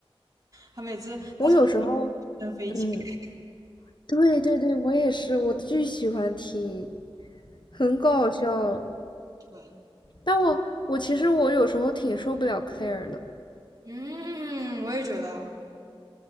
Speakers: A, on the right (about 40°); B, on the left (about 50°).
A: 他每次他从直
B: 我有时候，
A: 升飞机开
B: 嗯，对对对，我也是，我巨喜欢听，很搞笑。
A: 始
B: 但我我其实我有时候挺受不了 Claire 的，
A: 嗯，我也觉得